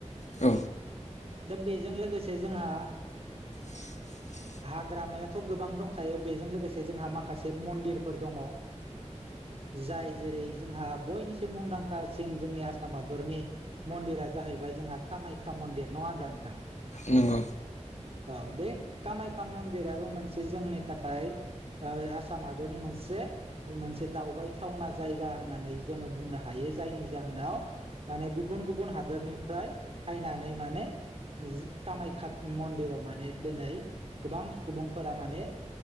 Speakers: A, on the left (about 70°); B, on the right (about 55°).
A: नंगौ औ
B: दा बेजों लोगोसे जोंहा
A: <inaudible>
B: हाग्रामायाथ' गोबां दंखायो बेजों लोगोसे जोंहा माखासे मन्दिरफोर दङ जाय जेरै जोंहा बयनिसाय मुंदांखासिन जोंनि आसाम हादरनि मन्दिरा जाहैबाय जोंहा कामाख्या मन्दिर नङा होनब्ला नोंथां?
A: नंगौ
B: औ बे कामाख्या मन्दिराबो मोनसे जोंनि थाखाय आसाम हादरनि मोनसे मोनसे दावबायथावना जाय गा होननानै जोङो बुंनो हायो जायनि जाहोनाव माने गुबुन गुबुन हादोरनिफ्राय फैनानै माने कामाख्या मन्दिराव माने दिनै गोबां सुबुंफोरा माने